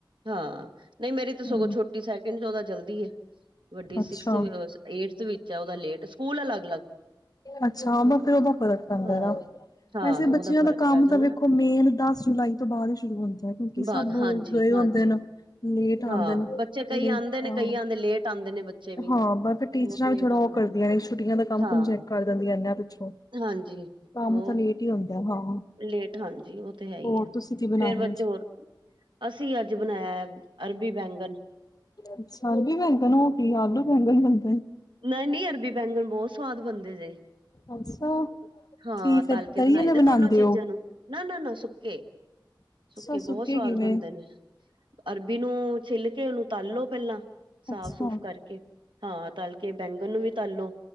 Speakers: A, on the right; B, on the left.
A: ਹਾਂ। ਨਹੀਂ ਮੇਰੀ ਤਾਂ ਸਗੋਂ
B: ਹੂੰ।
A: ਛੋਟੀ ਸੈਕਿੰਡ ਚ ਉਹਦਾ ਜਲਦੀ ਏ ਵੱਡੀ ਸਿਕਸ-ਅ-ਏਟਥ
B: ਅੱਛਾ
A: ਵਿੱਚ ਐ। ਉਹਦਾ ਲੇਟ, ਸਕੂਲ ਅਲੱਗ
B: ਅੱਛਾ। ਉਹਨੂੰ ਫਿਰ ਉਦੋ ਫਰਕ ਪੈਂਦਾ
A: ਹਾਂ-ਹਾਂ
B: ਨਾ ਵੈਸੇ,
A: ਉਹਦਾ
B: ਬੱਚਿਆਂ
A: ਫ਼ਰਕ
B: ਦਾ ਕੰਮ
A: ਪੈ ਜਾਂਦਾ
B: ਤਾਂ ਵੇਖੋ
A: ਨਾ
B: ਮੇਨ ਦਸ ਜੁਲਾਈ ਤੋਂ ਬਾਅਦ ਹੀ ਸ਼ੁਰੂ ਹੁੰਦਾ ਨਾ ਕੀ ਸਭ
A: ਬਾਅਦ ਹਾਂਜੀ-ਹਾਂਜੀ
B: ਗਏ ਹੁੰਦੇ ਨ ਲੇਟ ਆਉਂਦੇ
A: ਹਾਂ
B: ਨੇ, ਤੇ
A: ਬੱਚੇ ਕਈ ਆਂਦੇ ਨੇ
B: ਆ-ਹਾਂ
A: ਕਈ ਆਂਦੇ ਲੇਟ ਆਂਦੇ ਨੇ ਬੱਚੇ ਵੀ
B: ਬਸ ਫਿਰ ਟੀਚਰਾਂ
A: ਬਹੁਤ ਲੇਟ
B: ਵੀ ਥੋੜਾ
A: ਆਂਦੇ
B: ਕਰਦੀਆਂ ਨੇ, ਛੁੱਟੀਆਂ ਦਾ ਕੰਮ-ਕੁਮ
A: ਹਾਂ
B: ਚੈਕ ਦਿੰਦੀਆਂ ਇਨਾਂ ਪਿੱਛੋਂ।
A: ਹਾਂਜੀ
B: ਕੰਮ
A: ਹੋਰ
B: ਤਾਂ ਲੇਟ ਹੀ ਹੁੰਦਾ ਹਾਂ
A: ਲੇਟ ਹਾਂਜੀ। ਉਹ ਤੇ ਹੈ ਹੀ
B: ਹੋਰ
A: ਆ,
B: ਤੁਸੀਂ ਕੀ ਬਣਾਇਆ
A: ਫੇਰ ਬੱਚੇ
B: ਅੱਜ
A: ਹੋ ਅਸੀਂ ਅੱਜ ਬਣਾਇਆ ਐ। ਅਰਬੀ ਬੈਂਗਨ
B: ਅੱਛਾ। ਅਰਬੀ ਬੈਗਣ ਓ ਕੀ, ਆਲੂ ਬੈਗਣ ਵ
A: ਨਹੀਂ-ਨਹੀਂ ਅਰਬੀ ਬੈਂਗਣ ਬਹੁਤ ਸਵਾਦ ਬਣਦੇ ਜੇ
B: ਅੱਛਾ
A: ਹਾਂ।
B: ਕੀ ਫਿਰ
A: ਤਲ ਕੇ
B: ਤਰੀ
A: ਬਣਾਏ
B: ਆਲੇ
A: ਦੇ
B: ਬਣਾਉਂਦੇ
A: ਦੋਨੋ ਚੀਜ਼ਾਂ
B: ਹੋ
A: ਨੂੰ, ਨਾ- ਨਾ- ਨਾ ਸੁੱਕੇ
B: ਅੱਛਾ
A: ਸੁੱਕੇ ਬਹੁਤ ਸਵਾਦ
B: ਕਿਵੇਂ
A: ਬਣਦੇ ਨੇ, ਅਰਬੀ ਨੂੰ ਛਿਲ ਕੇ ਉਹਨੂੰ ਤਲ ਲੋ ਪਹਿਲਾਂ ਸਾਫ-ਸੂਫ਼
B: ਅੱਛਾ
A: ਕਰਕੇ ਹਾਂ। ਤਲ ਕੇ ਬੈਂਗਨ ਨੂੰ ਵੀ ਤਲੋ,